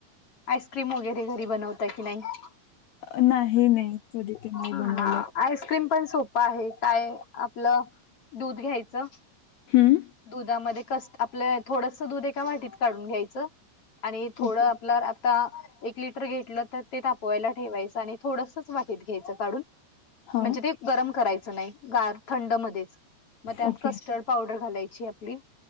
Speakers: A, on the left (about 35°); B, on the left (about 70°).
A: आईस्क्रीम वगैरे घरी बनवते ता की नाही.
B: नाही नाही कधी ते नाही
A: हा
B: बनवलं
A: आईस्क्रीम पण सोप आहे काय आपलं दूध घ्यायचं.
B: हां.
A: दुधामध्ये कस आपलं थोडस दूध एका वाटीत काढून घ्यायचं. आणि थोडं
B: ओके
A: आपल्या आता एक लिटर घेतलं तर ते तापवायला ठेवायचं आणि थोडसच वाटत घ्यायचं काढून
B: हा
A: म्हणजे ते गरम करायचं नाही गार थंड मध्येच मग त्यात
B: ओके
A: कस्टर्ड पावडर घालायची.